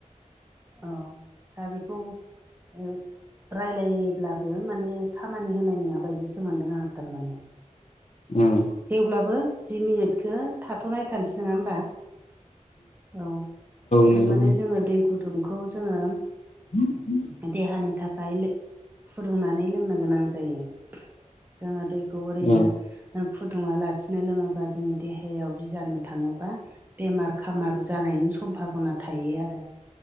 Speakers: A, on the left (about 65°); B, on the right (about 15°).
A: <inaudible>
B: औ दा बेखौ ओ रायलायोब्लाबो माने खामानि होनाय नङा बायदिसो मोनदों आं थारमाने
A: उम
B: दे वब्लाबो जि मिनिटखो थाथ'नाय थारनोस नङा होमबा औ थारमाने
A: नंगौ
B: जोङो दै गुदुंखौ जोङो
A: <unintelligible>
B: देहानि थाखाय लो फुदुंनानै लोंनो गोनां जायो जोङो दैखौ ओरैनो
A: औ
B: फुदुङा लासिनो लोङोबा जोंनि देहायाव बिजानु थाङोबा बेमार खामार जानायनि समभाबना थायो आरो